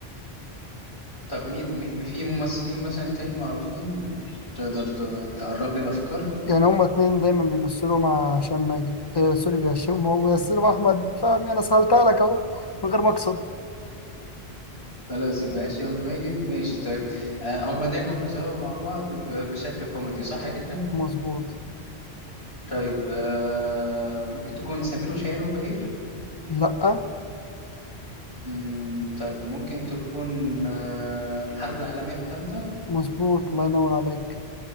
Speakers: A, on the left (about 80°); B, on the left (about 25°).
A: طب مين مين- في ممثلين مثلا تاني معروفين تقدر ت- تقرب لي الأفكار
B: يعني هما اتنين دايما بيمثلوا مع هشام ماجد آه سوري بهشام هو بيمثلوا احمد فهمي انا سهلتها لك اهو من غير ما اقصد
A: خلاص يبقى هشام ماجد ماشي طيب آه هما دايما بيظهروا مع بعض ب- بشكل كوميدي صح كده
B: مظبوط
A: طيب آه ممكن تكون سمير وشهير وبهير
B: لا
A: مم، طيب ممكن تكون آه الحرب العالمية الثالثة
B: مظبوط الله ينور عليك